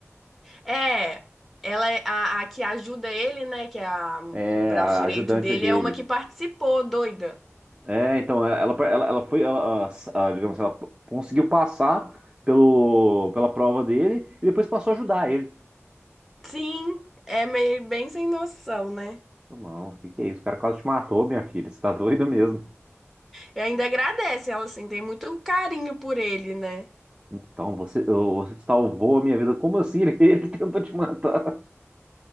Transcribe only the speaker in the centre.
É, ela é a, a que ajuda ele, né? Que é a, o
braço
direito
dele,
é uma que participou, doida.
Sim, é meio bem sem noção, né?
E ainda agradece, ela assim, tem muito carinho por ele, né?